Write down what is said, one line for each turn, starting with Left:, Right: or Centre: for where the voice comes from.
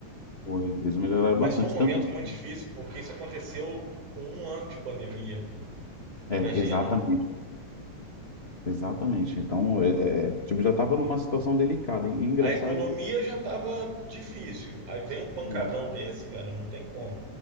Left: foi, eles melhoraram
Right: Mas
Left: bastante,
Right: foi um momento
Left: tanto,
Right: muito difícil, porque isso aconteceu com um ano de pandemia.
Left: é,
Right: Imagina?
Left: exatamente, exatamente. Então, é, é, é, tipo, já estava numa situação delicada, e engraçado
Right: A economia
Left: que
Right: já estava difícil. Aí vem um pancadão
Left: assim,
Right: desse, cara, não tem como.